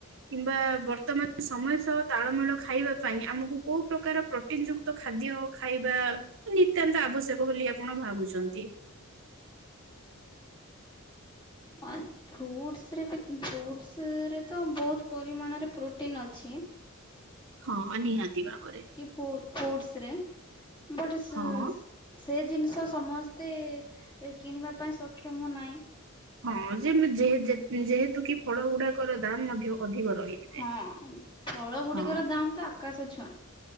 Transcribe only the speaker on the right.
କିମ୍ବା ବର୍ତ୍ତମାନ ସମୟ ସହ ତାଳମେଳ ଖାଇବା ପାଇଁ ଆମକୁ କୋଉ ପ୍ରକାର ପ୍ରୋଟିନ ଯୁ ତ ଖାଦ୍ୟ ଖାଇବା ନିତ୍ୟାନ୍ତ ଆବଶ୍ୟକ ବୋଲି ଆପଣ ଭାବୁଛନ୍ତି।
ହଁ ନିହାତି ଭାବରେ।
ହଁ।
ହଁ ଯେ ମ ଯେ ଯେ ଯେହେତୁ କି ଫଳ ଗୁଡାକର ଦାମ୍ ମଧ୍ୟ ଅଧିକ ରହିଥାଏ
ହଁ।